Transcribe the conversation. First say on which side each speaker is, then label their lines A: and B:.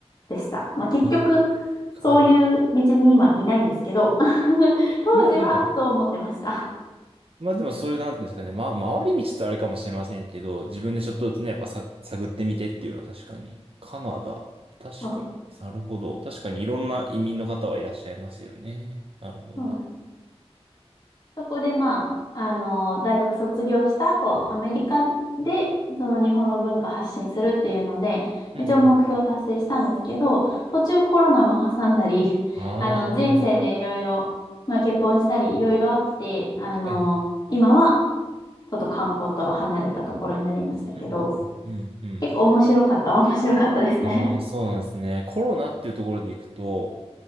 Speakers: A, on the left (about 40°); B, on the right (about 55°).
A: でした。まあ、結局、
B: あ、
A: そういう道に今いないんですけど、
B: はい。
A: <laughs> 当時はそう思ってました。
B: まあでも、まあでもそういう、なんていうんですかね、ま、回り道ってあれかもしれませんけど、自分でちょっとずつね、やっぱさ、探ってみてっていうのは確かに。カナダ、確かに。
A: そうです。
B: なるほど。確かにいろんな移民の方はいらっしゃいますよね。なるほどな。
A: そうなんでそこでまあ、あの、大学卒業した後、アメリカで、その日本の文化発信するっていうので、
B: うん。
A: 一応目標達成したんですけど、途中コロナも挟んだり、
B: ああ、
A: あの、
B: は
A: 人生でいろいろ、まあ結婚したりいろいろあって、あの、
B: いはい。
A: 今はちょっと観光とは離れたところになりましたけど、
B: うん、うん、うん。うん
A: 結構面白かった。<laughs> 面白かったですね。
B: ああ、そうなんですね。コロナっていうところでいくと、